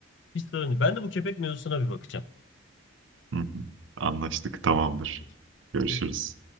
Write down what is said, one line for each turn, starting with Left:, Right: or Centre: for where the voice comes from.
Left: Hiç sorun değil. Ben de bu köpek mevzusuna bir bakacağım.
Right: Hı hı. Anlaştık. Tamamdır.
Left: Peki.
Right: Görüşürüz.
Left: Görüşürüz.